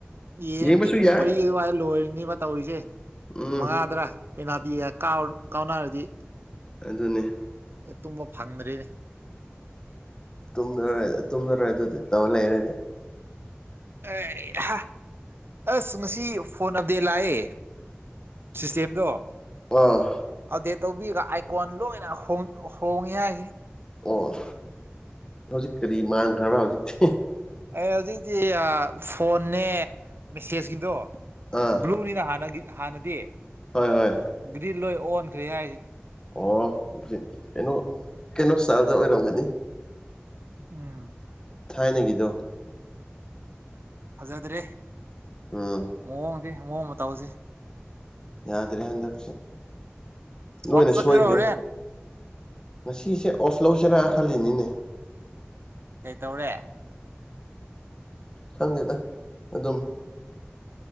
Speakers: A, on the right (about 65°); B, on the left (about 20°).
A: ꯌꯦꯟꯗꯤ
B: ꯌꯦꯡꯕꯁꯨ
A: ꯄꯨꯡ
B: ꯌꯥꯏ
A: ꯃꯔꯤ ꯑꯗꯨꯋꯥꯏꯗ ꯂꯣꯏꯔꯅꯤꯕ ꯇꯧꯔꯤꯁꯦ
B: ꯎꯝ
A: ꯃꯉꯥꯗ꯭ꯔꯥ ꯄ‌ꯦꯅꯥꯜꯇꯤꯒ ꯀꯥꯎ ꯀꯥꯎꯅꯔꯗꯤ
B: ꯑꯗꯨꯅꯤ
A: ꯑꯇ‌ꯣꯞꯄ ꯐꯪꯗ꯭ꯔꯦꯅꯦ
B: ꯇꯨꯝꯂꯔ‌ꯣꯏ ꯇꯨꯝꯂꯔ‌ꯣꯏ ꯑꯗꯨꯗꯤ ꯇꯧ ꯂꯩꯔꯗꯤ
A: ꯑꯩ ꯍꯥ ꯑꯁ ꯉꯁꯤ ꯐꯣꯟ ꯑꯞꯗꯦꯠ ꯂꯥꯛꯑꯦ ꯁꯤꯁꯇꯦꯝꯗꯣ
B: ꯑꯣ
A: ꯑꯞꯗꯦꯠ ꯇꯧꯕꯤꯔꯒ ꯑꯥꯏꯀꯣꯟ ꯂꯣꯏꯅ ꯍꯣꯡ ꯍꯣꯡꯉꯦ ꯍꯥꯏꯅꯤ
B: ꯑꯣ ꯍꯧꯖꯤꯛ ꯀꯔꯤ ꯃꯥꯟꯈ꯭ꯔꯕ ꯍꯧꯖꯤꯛꯇꯤ
A: ꯑ ꯍꯧꯖꯤꯛꯇꯤ ꯐꯣꯟꯅꯦ ꯃꯦꯁꯦꯁꯀꯤꯗꯣ
B: ꯑꯥ
A: ꯕ꯭ꯂꯨꯅꯤꯅ ꯍꯥꯟꯅꯒꯤ ꯍꯥꯟꯅꯗꯤ
B: ꯍꯣꯏ ꯍꯣꯏ
A: ꯒ꯭ꯔꯤꯟ ꯂꯣꯏ ꯑꯣꯟꯈ꯭ꯔꯦ ꯍꯥꯏꯔꯤꯖꯤꯅꯤ
B: ꯑꯣ ꯀꯩꯅꯣ ꯀꯩꯅꯣ ꯏꯁꯇꯥꯏꯜꯗ ꯑꯣꯏꯔꯝꯒꯅꯤ
A: ꯎꯝ
B: ꯊꯥꯏꯅꯒꯤꯗꯣ
A: ꯐꯖꯗ꯭ꯔꯦ
B: ꯎꯝ
A: ꯃꯑꯣꯡꯗꯤ ꯃꯑꯣꯡ ꯃꯇꯧꯁꯤ
B: ꯌꯥꯗ꯭ꯔꯦ ꯍꯟꯗꯛꯁꯦ ꯂꯣꯏꯅ
A: ꯋꯥꯛ ꯆꯠꯀꯦꯔꯣ
B: ꯁꯣꯏꯈ꯭ꯔꯦ
A: ꯍꯣꯔꯦꯟ
B: ꯉꯁꯤꯁꯦ ꯑꯣꯐ ꯂꯧꯁꯤꯔꯥ ꯈꯜꯂꯤꯅꯤꯅꯦ
A: ꯀꯩꯇꯧꯔꯦ
B: ꯈꯪꯗꯦꯗ ꯑꯗꯨꯝ